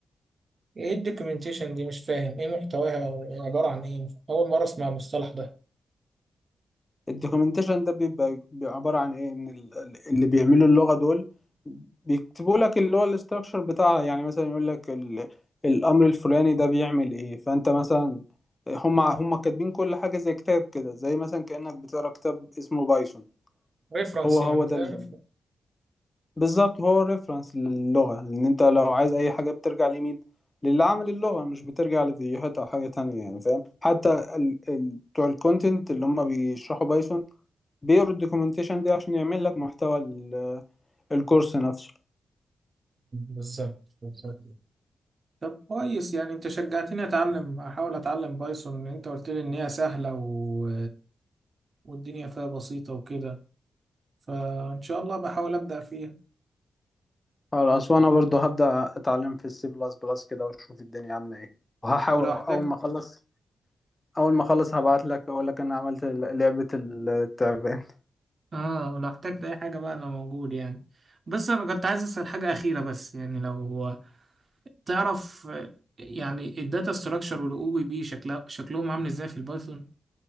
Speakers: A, on the right; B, on the left.
A: إيه الدوكيومنتيشن دي مش فاهم إيه محتواها أو عبارة عن إيه أول مرة أسمع المصطلح ده
B: الدوكيومنتيشن ده بيبقى بيبقى عبارة عن ايه ان ال- ال- اللي بيعملوا اللغة دول بيكتبوا لك اللي هو الاستراكشر بتاعها يعني مثلا يقول لك ال... الامر الفلاني ده بيعمل ايه فانت مثلا هم هم كاتبين كل حاجة زي كتاب كده زي مثلا كأنك بتقرا كتاب اسمه بايثون
A: ريفرنس
B: هو
A: يعني
B: هو ده
A: زي
B: ال...
A: ريفرنس
B: بالظبط هو الريفرنس للغة ان انت لو عايز اي حاجة بترجع لمين للي عامل اللغة مش بترجع لفيديوهات او حاجة تانية يعني فاهم حتى ال... ال... بتوع الكونتنت اللي هم بيشرحوا بايثون بيقروا الدوكيومنتيشن دي عشان يعمل لك محتوى ال- الكورس نفسه
A: بالظبط بالظبط. طب كويس يعني انت شجعتني اتعلم احاول اتعلم بايثون انت قلت لي ان هي سهلة و... والدنيا فيها بسيطة وكده فان شاء الله بحاول ابدأ فيها
B: خلاص وانا برضو هبدأ اتعلم في السي بلس بلس كده واشوف الدنيا عاملة ايه وهحاول
A: ولو احتجت
B: اول ما اخلص اول ما اخلص هبعت لك اقول لك انا عملت ال- لعبة التعبان
A: اه ولو احتجت اي حاجة بقى انا موجود يعني بس انا كنت عايز اسأل حاجة اخيرة بس يعني لو تعرف آه، يعني الداتا ستراكشر والاو بي بي شكلها شكلهم عامل ازاي في البايثون